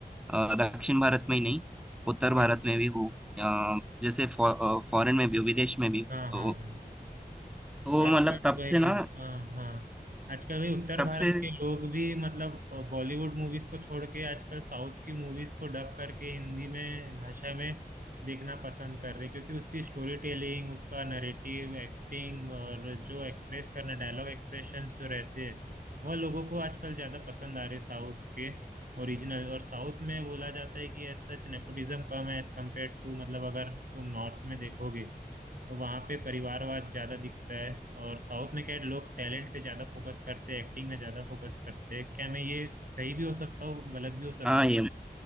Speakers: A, in the centre; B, on the right.
A: अ, दक्षिण भारत में ही नहीं उत्तर
B: जी
A: भारत
B: जी
A: में भी हो अ, जैसे फॉरेन में भी हो विदेश में भी हो
B: हाँ हाँ
A: तो
B: हाँ
A: वो
B: आजकल
A: मतलब तब
B: वही
A: से ना
B: हाँ हाँ आजकल वही उत्तर
A: तब
B: भारत
A: से
B: के लोग भी मतलब अ, बॉलीवुड मूवीज को छोड़ के आजकल साउथ की मूवीज को डब करके हिंदी में भाषा में देखना पसंद कर रहे हैं, क्योंकि उसकी स्टोरी टेलिंग उसका नरेटिव एक्टिंग और जो एक्सप्रेस करना डायलॉग एक्सप्रेशंस जो रहते हैं वह लोगों को आजकल ज्यादा पसंद आ रहे साउथ के ओरिजिनल और साउथ में बोला जाता है कि एज सच नेपोटिज्म कम है एज कम्पेयर टू मतलब अगर तुम नॉर्थ में देखोगे तो वहाँ पे परिवारवाद ज्यादा दिखता है और साउथ में क्या है लोग टैलेंट पे ज्यादा फोकस करते हैं एक्टिंग में ज्यादा फोकस करते हैं क्या मैं ये सही भी हो सकता हूँ गलत भी हो सकता
A: हाँ ये